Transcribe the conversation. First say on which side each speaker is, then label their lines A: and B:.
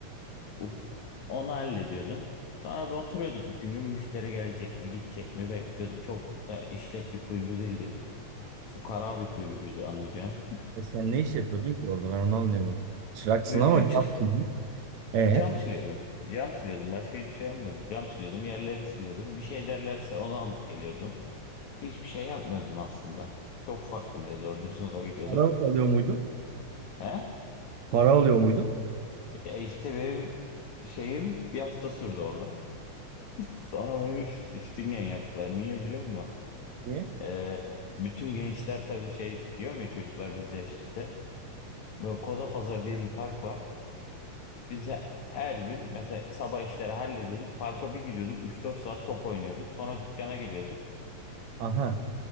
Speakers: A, on the left (about 70°); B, on the right (about 70°).
A: Uf- Onu hallediyordum. Sonra bir oturuyorduk bütün gün müşteri gelecek mi gidecek mi bekliyorduk. Çok da işlek bir kuyumcu değildi. Fukara bir kuyumcuydu anlayacağın.
B: E sen ne iş yapıyordun ki orada ben onu anlayamadım. Çıraksın
A: Kuyumcu
B: ama ne
A: çır-
B: yaptın? E
A: cam siliyordum. Cam siliyordum. Başka hiçbir şey yapmıyordum. Cam siliyordum. Yerleri siliyordum. Bir şey derlerse onu alıp geliyordum. Hiçbir şey yapmıyordum aslında. Çok ufaktım bir de. Dördüncü sınıfa gidiyordum.
B: para alıyor muydun?
A: He?
B: Para alıyor muydun?
A: Ya işte benim şeyim bir hafta sürdü orada. <laughs> Sonra beni üst, üstüngen yaptılar. Niye biliyor musun?
B: Niye?
A: Ee, bütün gençler tabii şey diyor mu ya çocuklar bizle yaşıttı. Böyle Koza diye bir park var. Biz de her gün mesela sabah işleri hallediyorduk. Parka bir gidiyorduk. üç dört saat top oynuyorduk. Sonra dükkana geliyorduk.
B: Aha.